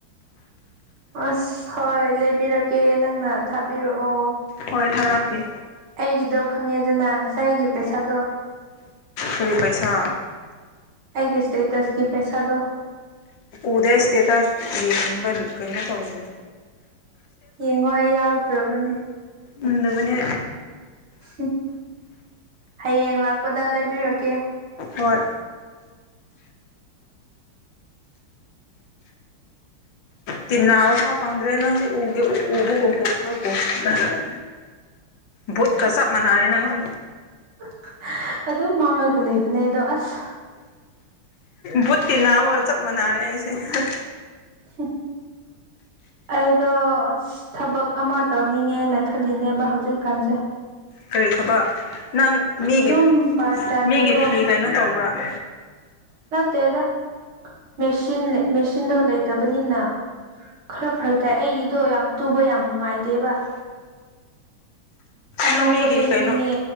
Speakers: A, on the right; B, on the left.
A: ꯑꯁ ꯍꯣꯏ ꯂꯩꯕꯤꯔꯛꯀꯦ ꯅꯪꯅ ꯊꯥꯕꯤꯔꯛꯑꯣ
B: ꯍꯣꯏ ꯊꯥꯔꯛꯀꯦ
A: ꯑꯩꯒꯤꯗꯣ ꯈꯪꯉꯦꯗꯅ ꯉꯁꯥꯏꯒꯤ ꯄꯩꯁꯥꯗꯣ
B: ꯀꯔꯤ ꯄꯩꯁꯥ
A: ꯑꯩꯒꯤ ꯁ꯭ꯇꯦꯇꯁꯀꯤ ꯄꯩꯁꯥꯗꯣ
B: ꯎꯗꯦ ꯁ꯭ꯇꯦꯇꯁ ꯌꯦꯡꯅꯤꯡꯕ ꯀꯩꯅꯣ ꯇꯧꯗ꯭ꯔꯦ
A: ꯌꯦꯡꯉꯣ ꯑꯩ ꯌꯥꯎꯗ꯭ꯔꯕꯅꯦ
B: ꯎꯝꯗꯕꯅꯦ
A: ꯍꯝ ꯍꯌꯦꯡ ꯂꯥꯛꯄꯗ ꯂꯩꯕꯤꯔꯛꯀꯦ
B: ꯍꯣꯏ ꯇꯤꯅꯥꯕꯐꯥꯎ ꯐꯪꯗ꯭ꯔꯦ ꯅꯪꯗꯤ ꯎꯒꯦ ꯎ ꯎꯕꯒꯨꯝ ꯎꯗꯕꯒꯨꯝ ꯍꯥ ꯍꯥ ꯍꯥ ꯚꯨꯠꯀ ꯆꯞ ꯃꯥꯅꯔꯦ ꯅꯪꯁꯦ
A: <unintelligible> ꯑꯗꯨꯝ ꯃꯥꯡꯉꯒ ꯂꯩꯕꯅꯦ ꯑꯗꯣ ꯑꯁ
B: ꯕꯨꯠ ꯇꯤꯟꯅꯃꯒ ꯆꯞ ꯃꯥꯟꯅꯔꯦ ꯑꯩꯁꯦ ꯍꯥ
A: ꯍꯝ ꯑꯩꯗꯣ ꯑꯁ ꯊꯕꯛ ꯑꯃ ꯇꯧꯅꯤꯡꯉꯦꯅ ꯈꯜꯂꯤꯅꯦꯕ ꯍꯧꯖꯤꯛꯀꯥꯟꯁꯦ
B: ꯀꯔꯤ ꯊꯕꯛ ꯅꯪ ꯃꯤꯒꯤ
A: ꯑꯗꯨꯝ ꯄꯥꯔꯠ ꯇꯥꯏꯝꯒꯤꯀꯣ
B: ꯃꯤꯒꯤ ꯐꯤ ꯀꯩꯅꯣ ꯇꯧꯕ꯭ꯔꯥ <inaudible>
A: ꯅꯠꯇꯦꯗ ꯃꯦꯁꯤꯟ ꯃꯦꯆꯤꯟꯗꯣ ꯂꯩꯇꯕꯅꯤꯅ ꯈꯔ ꯐꯔꯛ ꯇꯥꯏ ꯑꯩꯒꯤꯗꯣ ꯌꯥꯝ ꯇꯨꯕ ꯌꯥꯝ ꯅꯨꯡꯉꯥꯏꯇꯦꯕ ꯑꯅꯧꯕ
B: ꯅꯪ ꯃꯤꯒꯤ
A: ꯂꯩꯅꯤꯡꯉꯦ
B: ꯀꯩꯅꯣ